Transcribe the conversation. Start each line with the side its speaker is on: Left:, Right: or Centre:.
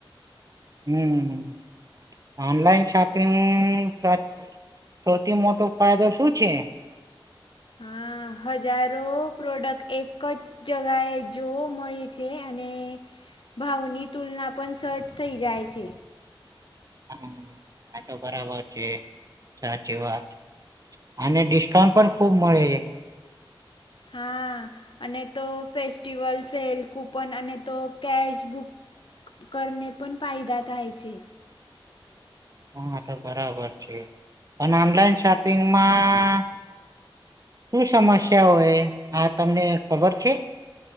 Right: હમ. ઓનલાઈન શોપિંગ સૌથી મોટો ફાયદો શું છે.
Left: હા. હજારો પ્રોડક્ટ એક જ જગાએ જોવા મળે છે અને. ભાવની તુલના પણ સજ થઈ જાય છે.
Right: હ આ તો બરાબર છે સાચી વાત. અને ડિસ્કાઉન્ટ પણ ખુબ મળે છે.
Left: હા. અને તો ફેસ્ટિવલ સેલ કૂપન અને તો કેશ બુક. કરને પણ ફાયદા થાય છે.
Right: હા તો બરાબર છે અને ઓનલાઈન શોપિંગમાં. શું સમસ્યા હોય આ તમને ખબર છે.